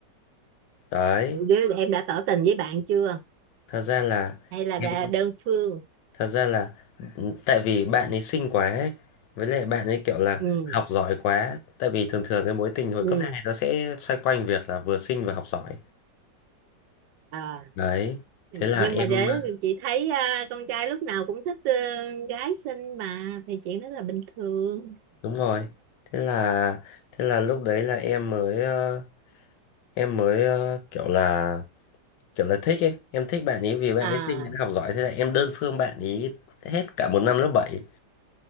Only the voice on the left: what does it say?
Đấy,
thật ra là
em
thật ra là ừ, tại vì bạn ấy xinh quá ấy, với lại bạn ấy kiểu là
học giỏi quá, tại vì thường thường cái mối tình hồi
cấp 2 nó sẽ xoay quanh việc là vừa xinh và học giỏi.
Đấy,
thế là em
ờ,
đúng rồi. Thế là thế là lúc đấy là em mới ờ, em mới ờ, kiểu là kiểu là thích ấy em thích bạn ấy vì bạn
ấy xinh bạn ấy học giỏi thế là em đơn phương bạn ấy hết cả một năm lớp bảy